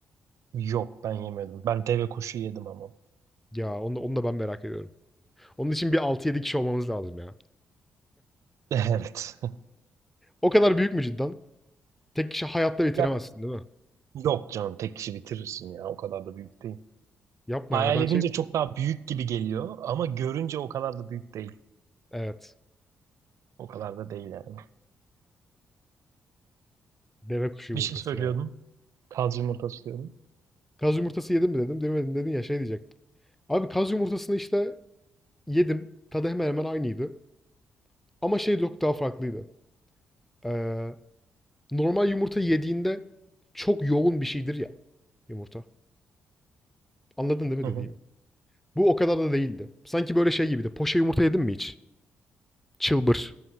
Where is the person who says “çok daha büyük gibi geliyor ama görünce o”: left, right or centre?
Right